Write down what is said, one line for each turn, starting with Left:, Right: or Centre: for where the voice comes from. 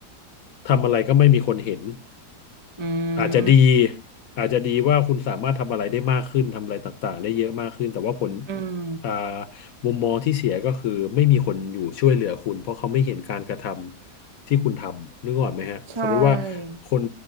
Left: ทำอะไรก็ไม่มีคนเห็น
Right: อื
Left: อาจจะดี
Right: ม
Left: อาจจะดีว่าคุณสามารถทำอะไรได้มากขึ้นทำอะไรต่างๆได้เยอะมากขึ้นแต่ว่าผล
Right: อืม
Left: อ่ามุมมองที่เสียก็คือไม่มีคนอยู่ช่วยเหลือคุณเพราะเขาไม่เห็นการกระทำที่คุณทำนึกออกไหมฮะสมมติว่า
Right: ใช่
Left: คน